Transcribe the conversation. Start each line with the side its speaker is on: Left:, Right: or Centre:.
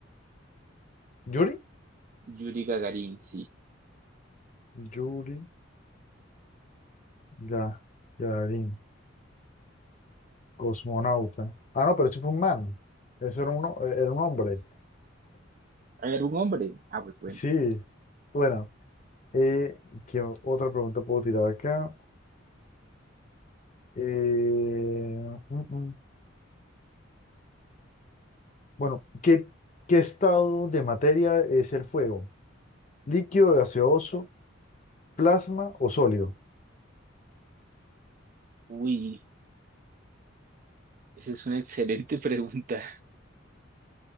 Left: ¿Yuri?
Right: Yuri Gagarin, sí.
Left: Yuri, ya, Yarin, cosmonauta. Ah, no, pero eso fue un man. Eso era un, ho- eh, era un hombre.
Right: ¿Hay algún hombre? Ah, pues bueno.
Left: Sí. Bueno, eh, ¿qué otra pregunta puedo tirar acá? Eh, mm, mm. Bueno, ¿qué, qué estado de materia es el fuego? ¿Líquido, gaseoso, plasma o sólido?
Right: Uy, esa es una excelente <laughs> pregunta.